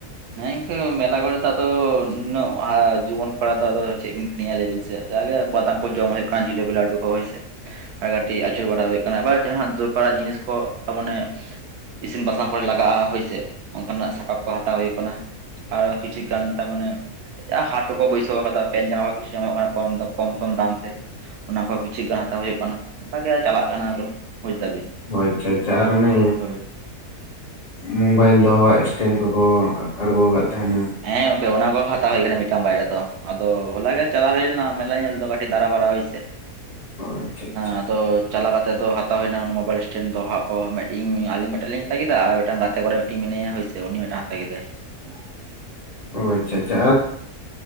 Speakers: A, on the right; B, on the left.
A: ᱦᱮᱸ ᱤᱱᱠᱟᱹ ᱢᱮᱞᱟ ᱠᱚᱨᱮ ᱫᱚ ᱟᱫᱚ ᱱᱩᱱᱟᱹᱜ ᱡᱩᱣᱟᱹᱱ ᱠᱚᱲᱟ ᱫᱚ ᱟᱫᱚ ᱪᱮᱫ ᱵᱤᱱ ᱠᱤᱨᱤᱧᱟ ᱞᱮᱵᱤᱱ ᱥᱮ ᱡᱟ ᱜᱮ ᱵᱟᱫᱟᱢ ᱠᱚ ᱡᱚᱢ ᱦᱳᱭᱳᱜ ᱠᱟᱱᱟ ᱡᱷᱤᱠᱟᱹᱯᱤ ᱠᱟᱰᱩ ᱠᱚ ᱦᱳᱭ ᱥᱮ ᱟᱨ ᱠᱟᱹᱴᱤᱡ ᱟᱹᱪᱩᱨ ᱵᱟᱲᱟ ᱦᱳᱭᱳᱜ ᱠᱟᱱᱟ ᱟᱵᱟᱨ ᱡᱟᱦᱟᱸ ᱫᱚᱨᱠᱟᱨᱟᱜ ᱡᱤᱱᱤᱥ ᱠᱚ ᱛᱟ ᱢᱟᱱᱮ ᱤᱥᱤᱱ ᱵᱟᱥᱟᱝ ᱠᱚᱨᱮ ᱞᱟᱜᱟᱜᱼᱟ ᱦᱳᱭᱥᱮ ᱚᱱᱠᱟᱱᱟᱜ ᱥᱟᱯᱟᱯ ᱠᱚ ᱦᱟᱛᱟᱣ ᱦᱳᱭᱳᱜ ᱠᱟᱱᱟ ᱟᱨ ᱠᱤᱪᱷᱩ ᱜᱟᱱ ᱛᱟ ᱢᱟᱱᱮ ᱦᱟᱴ ᱠᱚᱠᱚ ᱵᱟᱹᱭᱥᱟᱹᱣ ᱠᱟᱫᱟ ᱯᱮᱱᱴ ᱡᱟᱢᱟ ᱠᱚ ᱠᱤᱪᱷᱩ ᱧᱟᱢᱚᱜ ᱠᱟᱱᱟ ᱠᱚᱢ ᱠᱚᱢ ᱥᱚᱢ ᱫᱟᱢ ᱛᱮ᱾ ᱚᱱᱟ ᱠᱚᱦᱚᱸ ᱠᱤᱪᱷᱩ ᱜᱟᱱ ᱦᱟᱛᱟᱣ ᱦᱳᱭᱳᱜ ᱠᱟᱱᱟ ᱚᱱᱠᱟ ᱜᱮ ᱪᱟᱞᱟᱜ ᱠᱟᱱᱟ ᱟᱫᱚ ᱵᱩᱡᱽ ᱫᱟᱵᱤᱱ᱾
B: ᱚ ᱟᱪᱪᱷᱟ ᱟᱪᱪᱷᱟ ᱟᱨ ᱚᱱᱮ
A: ᱦᱳᱭ
B: ᱢᱳᱵᱟᱭᱤᱞ ᱫᱚᱦᱚ ᱥᱴᱮᱱ ᱠᱚᱠᱚ ᱟᱲᱜᱳ ᱠᱟᱫ ᱛᱟᱦᱮᱱᱟ᱾
A: ᱦᱮᱸ ᱜᱚᱝᱠᱮ ᱚᱱᱟ ᱠᱚ ᱦᱟᱛᱟᱣ ᱦᱳᱭ ᱠᱟᱱᱟ ᱢᱤᱫᱴᱟᱝ ᱵᱟᱭᱨᱟ ᱫᱚ ᱟᱫᱚ ᱦᱚᱞᱟ ᱜᱮ ᱪᱟᱞᱟᱣ ᱦᱳᱭ ᱞᱮᱱᱟ ᱢᱮᱞᱟ ᱧᱮᱞ ᱫᱚ ᱠᱟᱹᱴᱤᱡ ᱫᱟᱨᱟ ᱵᱟᱨᱟ ᱦᱳᱭ ᱥᱮ
B: ᱚ ᱟᱪᱪᱷᱟ ᱟᱪᱪᱷᱟ,
A: ᱟᱫᱚ ᱪᱟᱞᱟ ᱠᱟᱛᱮ ᱫᱚ ᱦᱟᱛᱟ ᱦᱳᱭ ᱱᱟ ᱢᱳᱵᱟᱭᱤᱞ ᱥᱴᱮᱱᱰ ᱫᱚᱦᱚᱣᱟᱜ ᱚ ᱤᱧ ᱟᱞᱤᱧ ᱢᱤᱫᱴᱟᱝ ᱞᱤᱧ ᱦᱟᱛᱟᱣ ᱠᱮᱫᱟ ᱟᱨ ᱢᱤᱫᱴᱟᱝ ᱜᱟᱛᱮ ᱠᱚᱨᱟ ᱢᱤᱫᱴᱤᱱ ᱢᱮᱱᱟᱭᱟ ᱦᱳᱭ ᱥᱮ ᱩᱱᱤ ᱢᱤᱫᱴᱟᱝ ᱦᱟᱛᱟ ᱠᱮᱫᱟᱭ᱾
B: <inaudible> ᱚ ᱟᱪᱪᱷᱟ ᱟᱪᱪᱷᱟ